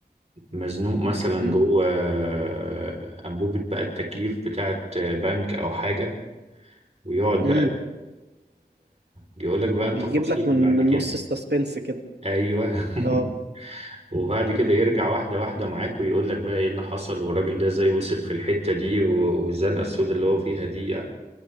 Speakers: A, on the right; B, on the right.
A: مزنوق مثلا
B: امم
A: جوه آه، انبوبة بقى التكييف بتاعت بنك او حاجة ويقعد
B: امم
A: بقى يقول لك بقى التفاصيل
B: بيجيب لك من
A: بعد
B: من
A: كده
B: نص السسبنس كده
A: ايوه
B: اه
A: <laughs> وبعد كده يرجع واحده واحده معاك ويقول لك بقى ايه اللي حصل والراجل ده ازاي وصل في الحته دي و- والزنقه السوداء اللي هو فيها دي